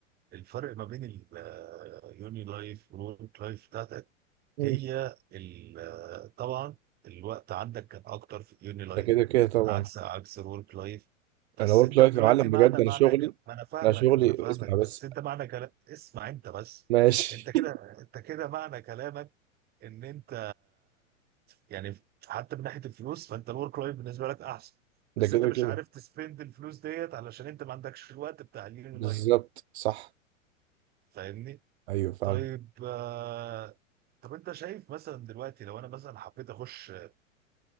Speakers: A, on the right; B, on the right.
A: الفرق ما بين اليوني لايف والورك لايف بتاعتك
B: مم.
A: هي ال- طبعا الوقت عندك كان اكتر في اليوني لايف
B: ده كده كده طبعا
A: عكس عكس الورك لايف بس
B: انا ورك
A: انت
B: لايف
A: دلوقتي
B: يا معلم
A: معنى
B: بجد انا
A: معنى
B: شغلي
A: ك- ما انا فاهمك
B: انا شغلي
A: انا فاهمك
B: اسمع بس
A: بس انت معنى كلام اسمع انت بس
B: ماشي
A: انت كده
B: <laughs>
A: انت كده معنى كلامك ان انت يعني حتى من ناحيه الفلوس فانت الورك لايف بالنسبه لك احسن
B: ده
A: بس
B: كده
A: انت مش
B: كده
A: عارف تسبند الفلوس ديت علشان انت ما عندكش الوقت بتاع اليوني
B: بالظبط
A: لايف
B: صح
A: فاهمني
B: ايوه فاهم
A: طيب آه، طب انت شايف مثلا دلوقتي لو انا مثلا حبيت اخش آه،